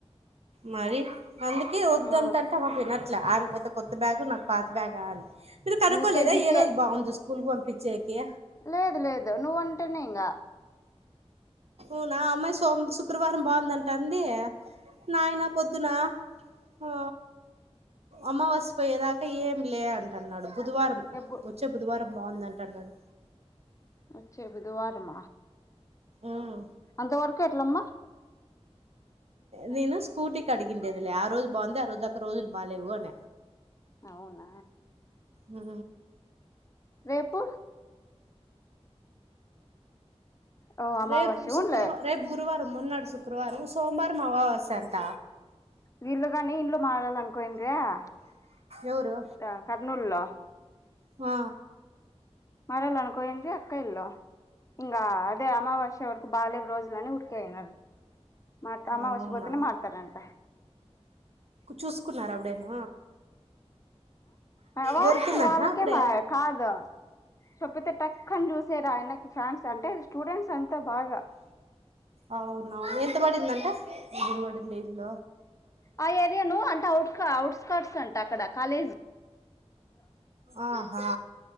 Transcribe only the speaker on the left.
ఆ
యూకేజీకే
లేదు లేదు నువ్వటేనే ఇంగ
ఎబ్బు
వచ్చే బుధవారమ
అంతవరకు ఎట్లమ్మ
అవున
రేపు ఓ అమావాస్య
ఉన్లే
వీళ్ళు గాని ఇల్లు మారాలని <unintelligible>
కర్నూలులో
మరాలనీ <unintelligible> ఇంగా అదే అమావాస్య వరకు బలేవు రోజులని ఉడికే అయినారు మత అమావాస
పోతేనే మారతారంట
వా
వాళ్ళకమీ
కాదు <unintelligible> టక్ అని <unintelligible> ఆయనకి ఫ్యాన్స్ అంటే స్టూడెంట్స్ అంతా బాగా
ఆ ఏరియాను అంటే అఔట్స్కర్ట్స్ అంట అక్కడ కాలేజ్